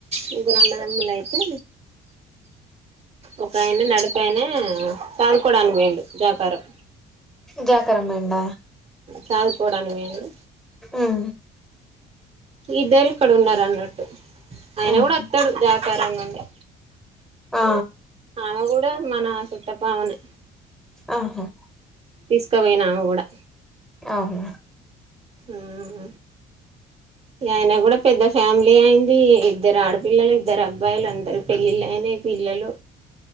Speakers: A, on the right; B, in the centre.
A: ముగ్గురు అన్నదమ్ములయితే ఒక ఆయన నడిపయిన తనుకోడానికి వీళ్ళు జాకారం
B: జకరం పోయిండా
A: చదువుకోవడానికి పోయిండు
B: ఉమ్
A: ఇద్దరు ఇక్కడున్నరు అన్నట్టు ఆయన
B: ఉమ్
A: కూడా అత్తడు జాకారం నుండి
B: ఆ
A: ఆమె కూడా మన సుట్టపావనే
B: ఆహా
A: తీసుకుపోయినామేకూడా
B: అవు
A: ఆహ ఆయన కూడా పెద్ద ఫ్యామిలీ అయింది ఇద్దరు ఆడపిల్లలు ఇద్దరు అబ్బాయిలు అందరు పెళ్ళిళ్ళయిన పిల్లలు